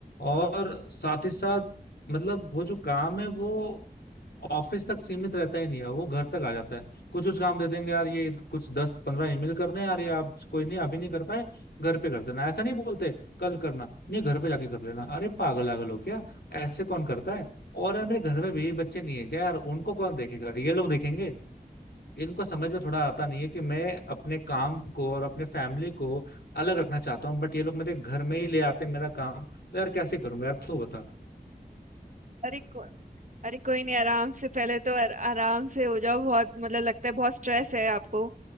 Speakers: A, on the left (about 80°); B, on the right (about 50°).
A: और साथ ही साथ मतलब वो जो काम है वो ऑफिस तक सीमित रहता ही नहीं है वो घर तक आ जाता है कुछ कुछ काम दे देंगे यार ये कुछ दस पंद्रह ईमेल करने हैं यार ये आप कोई नहीं अभी नहीं कर पाए घर पे कर देना ऐसा नहीं बोलते कल करना नहीं घर पे जाके कर लेना अरे पागल आगल हो क्या ऐसे कौन करता है और यार मेरे घर में भी बच्चे नहीं है क्या यार उनको कौन देखेगा ये लोग देखेंगे इनको समझ में थोड़ा आता नहीं है कि मैं अपने काम को और अपने फैमिली को अलग रखना चाहता हूँ बट ये लोग मेरे घर में ही ले आते हैं मेरा काम तो यार कैसे करूंगा यार तू बता
B: अरे को, अरे कोई नहीं आराम से पहले तो आर- आराम से हो जाओ बहुत मतलब लगता है बहुत स्ट्रेस है आपको